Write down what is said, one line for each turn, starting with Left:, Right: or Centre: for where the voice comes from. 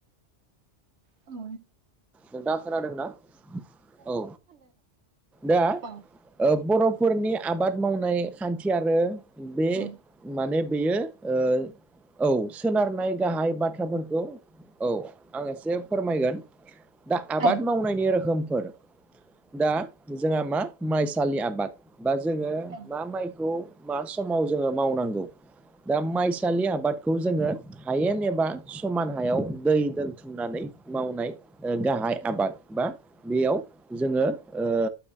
Right: औ
Centre: नोंथां दा खोनादोंना औ दा
Right: नोंथां
Centre: ओ बर'फोरनि आबाद मावनाय खान्थि आरो बे
Right: औ औ
Centre: माने बेयो ओ औ सोनारनाय गाहाइ बाथ्राफोरखौ औ आं एसे फोरमायगोन दा आबाद
Right: औ
Centre: मावनायनि रोखोमफोर। दा जोंहा मा माइसालि आबाद बा जोङो
Right: औ
Centre: मा माइखौ मा समाव जोङो मावनांगौ दा माइसालि आबादखौ जोङो हायेन एबा समान हायाव दै दोनथुमनानै मावनाय ओ गाहाइ आबाद बा बेयाव जोङो ओ